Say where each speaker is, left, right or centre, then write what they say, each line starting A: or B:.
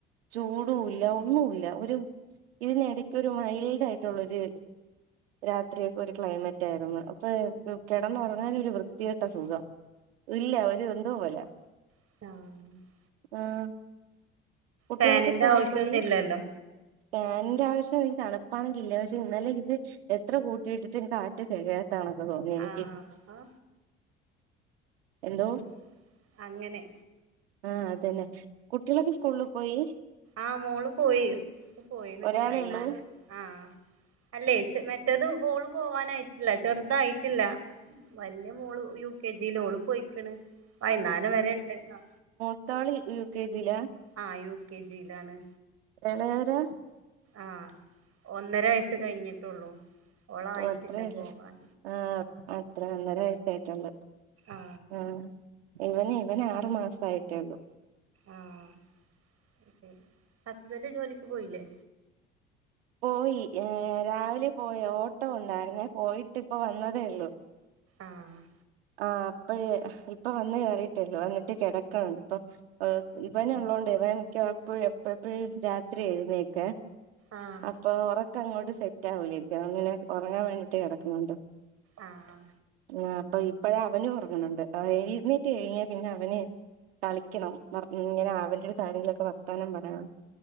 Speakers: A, on the right; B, on the right.
A: ചൂടു ഇല്ല ഒന്നുല്ല ഒരു ഇതിനിടയ്ക്ക് ഒരു മൈൽഡ് ആയിട്ടുള്ളൊര് രാത്രിയൊക്കെ ഒരു ക്ലൈമറ്റായിരുന്നു അപ്പോഴേ കെടന്നൊറങ്ങാൻ ഒരു വൃത്തിക്കെട്ട സുഖം ഇല്ല ഒരു എന്തോ പോലെ
B: ആഹ്
A: ആഹ് കുട്ടികളൊക്കെ
B: ഫാനിന്റെ
A: സ്കൂളിൽ
B: ആവശ്യൊന്നും
A: പോയി
B: ഇല്ലല്ലോ
A: ഫാൻന്റെ ആവശ്യം ഈ തണുപ്പാണെങ്കി ഇല്ല പക്ഷെ ഇന്നലെ ഇത് എത്ര കൂട്ടിയിട്ടിട്ടും കാറ്റ് തെകയാത്താകണക്കെ തോന്നി എനിക്ക്
B: ആഹ്
A: എന്തോ
B: ഉം അങ്ങനെ
A: ആഹ് അതന്നെ കുട്ടിയളൊക്കെ സ്കൂളിൽ പോയി
B: ആഹ് മോള് പോയി സ്കൂൾ പോയിണ്
A: ഒരാളെ
B: വൈന്നാരം
A: ഉള്ളൂ
B: ആഹ് അല്ലേ ചെ മറ്റെത് ഓള് പോവാനായിട്ടില്ല ചെറുതായിട്ടില്ല വല്യ മോള് യു കെ ജി ലോള് പോയിക്ക്ണ് വൈന്നാരെ വരെണ്ട് ക്ലാ
A: ത്താളി യു കെജി ലാ?
B: ആഹ് യു കെ ജി ലാണ്.
A: ഏളയവരെ.
B: ആഹ ഒന്നര വയസ്സ് കഴിഞ്ഞിട്ടുള്ളൂ. ഓളായിട്ടില്ല
A: ഓ അത്രന്നെ
B: പോകാൻ
A: ആഹ് അത്ര ഒന്നര വയസ്സായിട്ടുള്ളു.
B: ആ
A: ആഹ് ഇവന് ഇവന് ആറു മാസയിട്ടേള്ളു.
B: ആഹ് ഓക്കെ ഹസ്ബെന്റ് ജോലിക്ക് പോയില്ലേ?
A: പോയി ഏഹ് രാവിലെ പോയി ഓട്ടോ ഉണ്ടായിരുന്നേ പോയിട്ട് ഇപ്പ വന്നതേ ഉള്ളൂ.
B: ആഹ്.
A: ആ അപ്പഴേ ഹ് ഇപ്പൊ വന്ന് കേറിയിട്ടെള്ളൂ വന്നിട്ട് കെടക്കണണ്ട് ഇപ്പൊ. ഏഹ് ഇവനുള്ളതോണ്ട് ഇവൻക്ക എപ്പഴും എപ്പ എപ്പോഴും രാത്രി എഴുന്നേക്കുഎ.
B: ആഹ്.
A: അപ്പൊ ഒറക്കങ്ങോട്ട് സെറ്റ് ആവൂല ഇപ്പൊ അങ്ങനെ ഒറങ്ങാൻ വേണ്ടിട്ട് കെടക്കുന്നുണ്ട്.
B: ആഹ
A: ആ അപ്പൊ ഇപ്പഴ അവനും ഉറങ്ങണണ്ട് എഴുന്നീറ്റ് കഴിഞ്ഞാ പിന്നെ അവന് കളിക്കണം ഇങ്ങനെ അവരുടെ കാര്യങ്ങളൊക്കെ വർത്താനം പറയണം